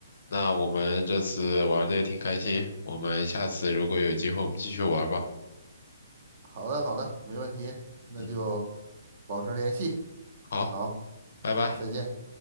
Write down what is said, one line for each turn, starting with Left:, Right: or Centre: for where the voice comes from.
Left: 那我们这次玩的也挺开心，我们下次如果有机会，我们继续玩吧。
Right: 好的好的，没问题，那就
Left: 嗯，
Right: 保持联系，
Left: 好，
Right: 好，
Left: 拜拜。
Right: 再见。